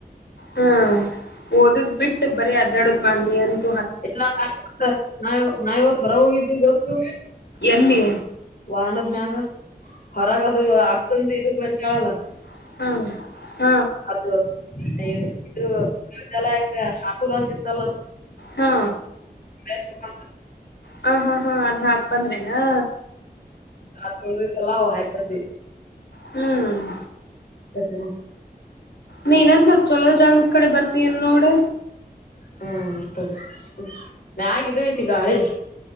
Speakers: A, on the left; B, on the left.
A: ಹಾ ಓದದ್ ಬಿಟ್ಟು ಬರೀ ಅದಾಡದ್ ಮಾಡನಿ ಅಂತ
B: ಎಲ್ಲ ನಾವ ನಾವ ಇವತ್ತು ಹೊರ ಹೋಗಿದ್ದೆ ಗೊತ್ತು
A: ಎಲ್ಲಿ
B: ವಾಹನದ ಮ್ಯಾಗ ಹೊರಗದು ಅಕ್ಕಂದ ಇದು ಬರಿ ಕಾಳಲ್ಲ
A: ಹ್ಮ
B: ಅದುಯ ಇದು ಕಲ ಯಾಕ ಹಾಕುದಂತ ಇತ್ತಲ್ಲದು
A: ಹಾ
B: ಸ್ಬೇಕುಂತ
A: ಹ ಹಾ ಹಾ ಅದ್ ಹಾಕ್ ಬಂದ್ರೇನಾ
B: ರಾತ್ ತೋಡಲ್ಲ ಹಯ್ತ್ರರಿ
A: ಹ್ಮ್
B: ತದ
A: ನೀ ಇನೊಂದ ಸ್ವಲ್ಪ ಚೊಲೋ ಜಾಗದ ಕಡೆ ಬರ್ತಯನ್ ನೋಡು
B: ಹ್ಮತೊಡಿ ಮಾಗಿದ ಐತಿ ಗಾಳಿ